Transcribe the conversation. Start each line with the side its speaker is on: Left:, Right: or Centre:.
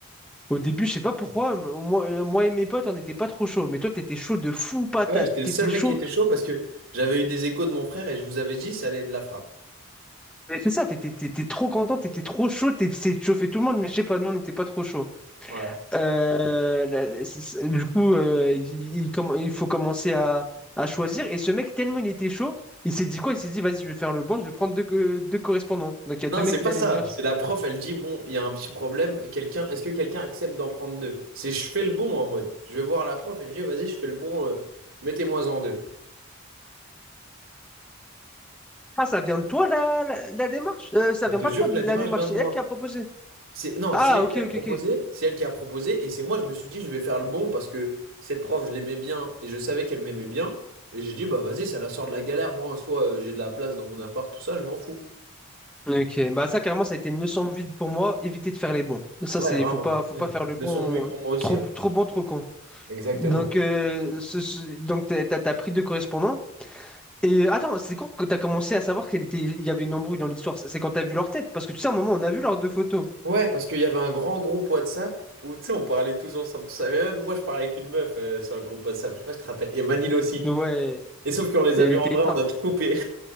Centre: Au début, je sais pas pourquoi, m- moi, moi et mes potes, on n'était pas trop chaud. Mais toi, t'étais chaud de fou patate.
Right: Ouais, j'étais le
Centre: T'étais
Right: seul mec
Centre: chaud.
Right: qui était chaud parce que j'avais eu des échos de mon frère et je vous avais dit ça allait être de la frappe.
Centre: Mais C'est ça, t'étais, t'étais trop content, t'étais trop chaud, t'es- t'essayais de chauffer tout le monde, mais je sais pas, nous, on n'était pas trop chaud.
Right: Ouais.
Centre: Euh, la- la- c'est- c'est- du coup, euh, il, il- comm- il faut commencer à, à choisir. Et ce mec, tellement il était chaud, il s'est dit quoi? Il s'est dit, vas-y, je vais faire le bon, je vais prendre deux, co- deux correspondants. Donc, il y a
Right: Non,
Centre: deux mecs
Right: c'est
Centre: qui
Right: pas
Centre: allaient
Right: ça.
Centre: venir.
Right: C'est la prof, elle dit, bon, il y a un petit problème. Quelqu'un, est-ce que quelqu'un accepte d'en prendre deux? C'est je fais le bon en mode. Je vais voir la prof et je dis, vas-y, je fais le bon, euh, mettez-moi en deux.
Centre: Ah, ça vient de toi, la, la, la démarche? Euh, ça
Right: Je
Centre: vient
Right: te
Centre: pas
Right: jure
Centre: de toi,
Right: que la démarche
Centre: la démarche.
Right: vient de
Centre: C'est
Right: moi.
Centre: elle qui a proposé.
Right: C'est, non,
Centre: Ah,
Right: c'est elle
Centre: ok,
Right: qui a
Centre: ok,
Right: proposé,
Centre: ok.
Right: c'est elle qui a proposé, et c'est moi, je me suis dit, je vais faire le bon parce que cette prof, je l'aimais bien et je savais qu'elle m'aimait bien. Et j'ai dit, bah vas-y, ça la sort de la galère. Moi, en soi, euh, j'ai de la place dans mon appart, tout ça, je m'en fous.
Centre: Ok, bah ça carrément ça a été une leçon de vie pour moi, éviter de faire les bons. Ça
Right: Ouais,
Centre: c'est
Right: vraiment.
Centre: faut pas faut
Right: Ouais.
Centre: pas faire le bon
Right: Leçon de vie pour moi aussi.
Centre: trop
Right: hein.
Centre: trop bon trop con.
Right: Exactement.
Centre: Donc euh, ce- ce- donc t'as t'as- t'as pris deux correspondants et euh, attends, c'est quand que t'as commencé à savoir qu'il était il y avait une embrouille dans l'histoire? C'est quand t'as vu leur tête parce que tu sais à un moment on a vu leurs deux photos.
Right: Ouais, parce qu'il y avait un grand groupe WhatsApp où, tu sais, on parlait tous ensemble, tout ça. Mais même moi, je parlais avec une meuf euh, sur le groupe WhatsApp. Je sais pas si tu te rappelles. Et Manil aussi.
Centre: Ouais,
Right: Et sauf qu'on les
Centre: et
Right: a
Centre: elle
Right: vus
Centre: était
Right: en vrai,
Centre: éteinte.
Right: on a
Centre: <laughs>
Right: tout coupé.